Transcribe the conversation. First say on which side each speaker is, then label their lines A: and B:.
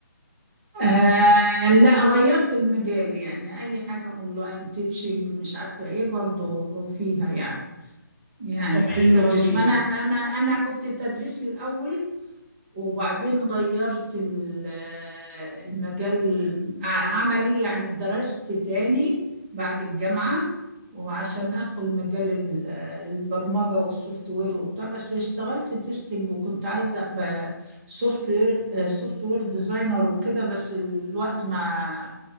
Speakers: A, on the right; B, on the right.
A: آه لا غيرت المجال يعني أي حاجة أونلاين تيتشنج مش عارفة إيه برضو فيها يعني يعني
B: طب
A: في
B: حلو
A: التدريس
B: قوي
A: ما أنا أنا أنا كنت تدريس الأول وبعدين غيرت ال- المجال ع- عملي يعني درست تاني بعد الجامعة وعشان أدخل مجال ال- البرمجة والسوفت وير وبتاع بس اشتغلت تيستنج وكنت عايزة أبقى سوفت وير سوفت وير ديزاينر وكده بس الوقت ما